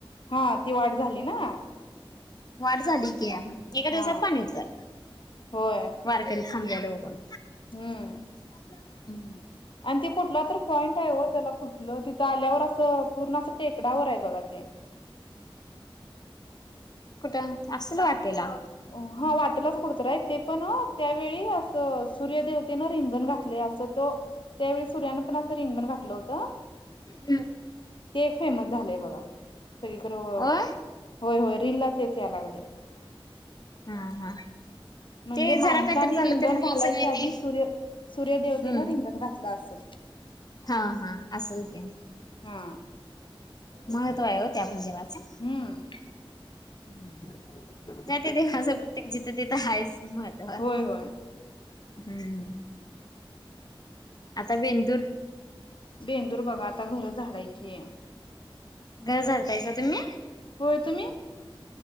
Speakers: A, on the left; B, on the left.
A: हा ती वाढ झाली ना.
B: वाढ झाली त्या एका दिवसात
A: हा
B: पाणी उतर
A: होय
B: वारकरी थांबलेला बघून.
A: हम्म.
B: <unintelligible>
A: आणि ते कुठला तर पॉईंट आहे हो त्याला कुठलं तिथं आल्यावर असं पूर्ण असं टेकडावर आहे बघा ते.
B: कुठं? असेल वाटेला.
A: अं हा वाटलाच कुठतर आहे, ते पण ओ त्यावेळी असं सूर्यदेवतेनं रिंगण घातलंय असं तो त्यावेळीस सूर्यानं पण असं रिंगण घातलं होतं.
B: हं.
A: ते एक फेमस झालंय बघा सगळीकडे. हो
B: होय.
A: होय होय रिलला तेच द्या लागले
B: हा हा.
A: म्हणजे
B: ते
A: माणसनी
B: जरा काहीतरी झालं
A: रिंगण
B: तरी रील
A: घालायच्या
B: सगळी
A: आधी
B: ती
A: सूर्य सूर्य देेवतेनं
B: हम्म
A: रिंगण घातलं असं.
B: हा हा असल की.
A: हा.
B: महत्व आहे हो त्या पण देवाचा.
A: हम्म.
B: ज्या त्या देवाच प्रत्येक जिथं तिथं आहेच मत. हम्म,
A: होय होय
B: हम्म. आता बेंदूर
A: बेंदूर बघा आता घरं झाडायची आहे.
B: घज झाडतायसा तुम्ही?
A: होय. तुम्ही?